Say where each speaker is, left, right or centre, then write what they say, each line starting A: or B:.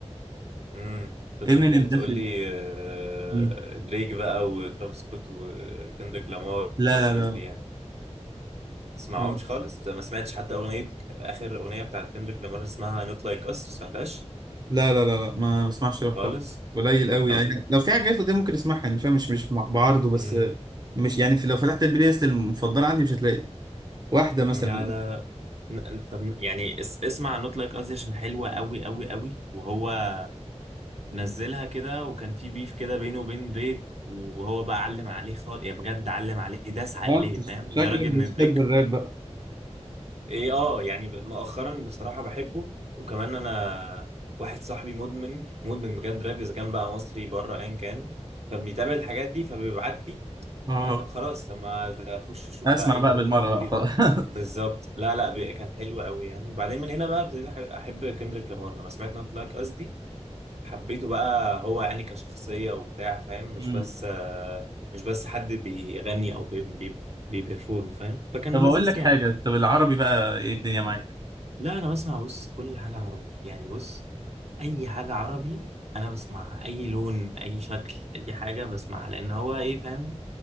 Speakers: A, on the right; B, on the right.
A: امم كنت
B: <laughs> امينيم
A: فاكر هتقول
B: ده في
A: لي آه،
B: الجيم
A: دريك بقى وترافيس سكوت وكندريك لامار
B: لا
A: والناس
B: لا
A: دي يعني تسمعهمش
B: لا
A: خالص ما سمعتش حتى اغنيه اخر اغنيه بتاعت كندريك لامار اسمها نوت لايك اس ما سمعتهاش
B: لا لا لا لا ما بسمعش راب خالص
A: خالص
B: قليل قوي
A: طب
B: يعني لو في حاجات دي ممكن اسمعها يعني فاهم مش مش بعارضه بس
A: امم
B: آه، مش يعني في لو فتحت البلاي ليست المفضله عندي مش هتلاقي واحده مثلا
A: لا لا لا. ن- طب يعني اس- اسمع نوت لايك اس دي عشان حلوه قوي قوي قوي وهو نزلها كده وكان في بيف كده بينه وبين دريك وهو بقى علم عليه خالص يا بجد علم عليه داس عليه
B: اه انت
A: فاهم
B: شكلك
A: لدرجة ان
B: بتحب
A: دريك
B: الراب بقى
A: ايه اه يعني ب- مؤخرا بصراحة بحبه وكمان انا واحد صاحبي مدمن مدمن بجد راب اذا كان بقى مصري بره ايا كان فبيتابع الحاجات دي فبيبعت لي
B: اه
A: انا طب خلاص طب ما اخش اشوف
B: اسمع
A: بقى ايه
B: بقى
A: اللي هو
B: بالمره
A: بيبعته
B: بقى
A: لي
B: خلاص
A: ده
B: <laughs>
A: بالظبط لا لا بي- كان حلو قوي يعني وبعدين من هنا بقى ابتديت احب أحب كندريك لامار لما سمعت نوت لايك اس حبيته بقى هو يعني كشخصية وبتاع فاهم مش
B: مم.
A: بس آه، مش بس حد بيغني أو بي بي بيبرفورم فاهم فكان
B: طب اقول
A: لذيذ
B: لك حاجه
A: يعني
B: طب العربي بقى ايه الدنيا معاك
A: لا أنا بسمع بص كل حاجة عربي يعني بص أي حاجة عربي أنا بسمعها أي لون أي شكل أي حاجة بسمعها لأن هو إيه فاهم